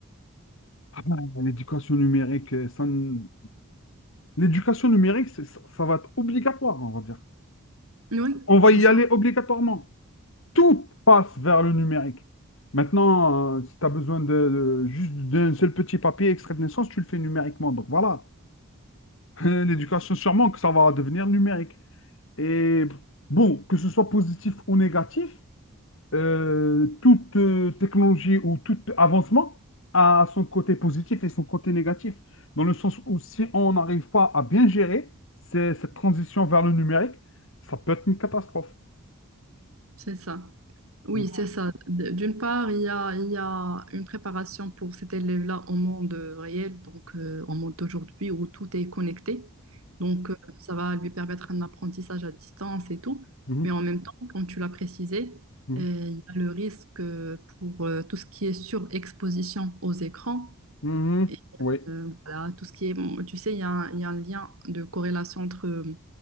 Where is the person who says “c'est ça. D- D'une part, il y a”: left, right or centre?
Right